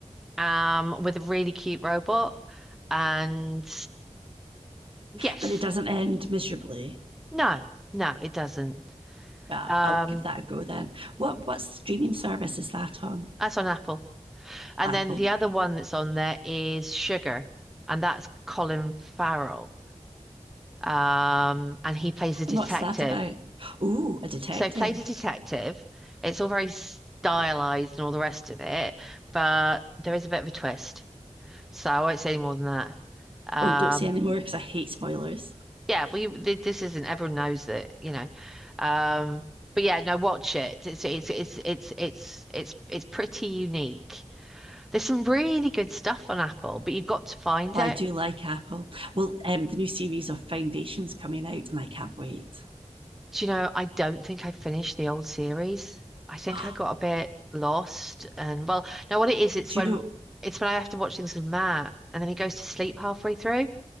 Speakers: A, in the centre; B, on the right.
A: um, with a really cute robot. And yes,
B: but it doesn't end miserably.
A: no, no, it doesn't.
B: Yeah,
A: Um,
B: I'll give that a go then. What what streaming service is that on?
A: That's on Apple. And
B: Apple.
A: then the other one that's on there is Sugar, and that's Colin Farrell. Um, and he plays a detective.
B: And what's that about? Oh, a detective.
A: So he plays a detective. It's all very stylized and all the rest of it, but there is a bit of a twist. So I won't say more than that. Um,
B: Oh, don't say any more because I hate spoilers.
A: yeah, well, you, th this isn't. Everyone knows that, you know. Um, but yeah, no, watch it. It's it's it's it's it's it's it's pretty unique. There's some really good stuff on Apple, but you've got to find
B: Oh,
A: it.
B: I do like Apple. Well, um, the new series of Foundations coming out, and I can't wait.
A: Do you know, I don't think I finished the old series. I think
B: <gasps>
A: I got a bit lost and well, now what it is, it's
B: do
A: when
B: you know
A: it's when I have to watch things with Matt and then he goes to sleep halfway through.